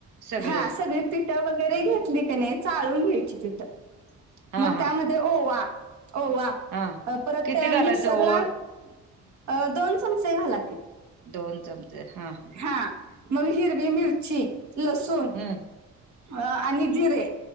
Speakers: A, on the right; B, on the right.
A: सगळे
B: हा सगळी पिठं वगैरे घेतली त्याने का नाही चाळून घ्यायची पिठं.
A: हा
B: मग त्यामध्ये
A: हा
B: ओवा ओवा
A: हा
B: परत
A: किती
B: त्या
A: घालायचं
B: मिक्सरला
A: ओवा
B: अ दोन चमचे घाला की.
A: दोन चमचे हा.
B: हा मग हिरवी मिरची लसूण
A: हम
B: आणि जिरे